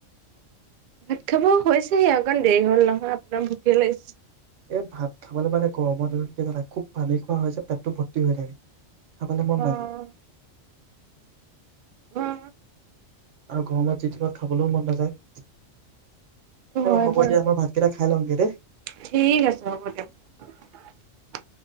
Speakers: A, on the right; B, on the right.
A: ভাত খাব হৈছেই অকণ দেৰি হ'ল নহয়, আপোনাৰ ভোকে লাগছ
B: এ, ভাত খাবলৈ মানে গৰমত <inaudible> কি জানা খুব পানী খোৱা যে পেটটো ভৰ্তি হৈ থাকে। খাবলৈ মন
A: অ'।
B: নাযায়।
A: অ',
B: আৰু গৰমত যি তি ধৰক খাবলৈও মন নাযায়।
A: হয়
B: হ'ব
A: বাৰু
B: দিয়া মই ভাতকেইটা খাই লওঁগে দেই
A: ঠিক আছে, হ'ব দিয়ক।